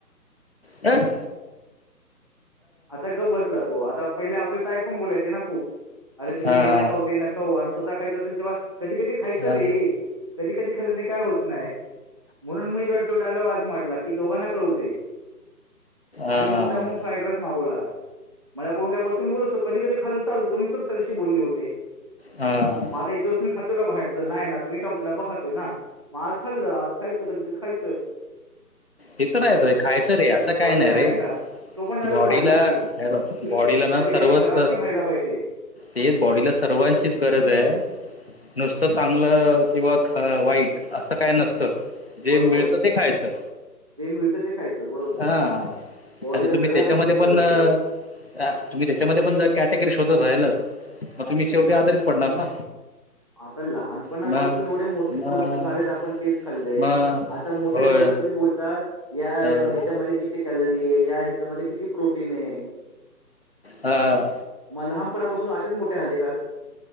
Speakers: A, on the left (about 40°); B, on the right (about 20°).
A: हम
B: आता गप बसला तो आता पहिले आपले साहेब पण बोलायचे ना खूप अरे तुम्ही
A: हा
B: हे न खाऊ ते न खाऊ आणि स्वतः खायचं असेल तेव्हा कधी कधी खायचं
A: हा
B: रे कधी कधी खालने काय होत नाही म्हणून मी वाटतो डायलॉग आज मटला की दोघांना कळू दे
A: हा
B: आणि मुद्दा मग फ्राईड राईस माला मला कोण काही बसून बोल असत कधी कधी खाल्ल चालतो तुम् स तशी बोलली होते
A: हा
B: माता यसम खातो का बाहेरचं नाही ना तुम्ही का आप डबा खातोय ना मग आज खाल्लं आज खायचं कधीत खायं
A: हे तर राहच रे खायचं रे असं
B: बॉडीला
A: काय नाही रे
B: का तो पण डायलॉग
A: बॉडीला
B: मारला मी की
A: बॉडीला
B: कधी
A: ना सर्वच.
B: कधी खराब पण खायला पाहिजे
A: तेच बॉडीला सर्वांचीच गरज आहे नुसतं चांगलं किंवा. ह वाईट असं काय नसतं. जे
B: बरोबर
A: मिळतं ते खायचं
B: जेम र ते. खायच बरोबर
A: हां
B: बॉडीला
A: आता तुम्ही
B: सगळ्या
A: त्याच्यामध्ये
B: गोष्टीची
A: पण
B: गरज
A: अं,
B: आहे.
A: तुम्ही त्याच्यामध्ये पण जर कॅटेगरी शोधत राहिल मग तुम्ही शेवटी आजारीित पडणार ना.
B: आता लहानपणापासून
A: मग
B: एवढे मोठे
A: मग
B: झालेत आपण तेच खाल्लंय.
A: मग
B: आता मोठे
A: होय
B: झालं तुम्ही बोलता या
A: अं,
B: ह्याच्यामध्ये किती कॅलरी या ह्याच्यामध्ये किती. प्रोटीन आहे
A: हां.
B: मग लहानपणापासून असेच मोठे झाले का.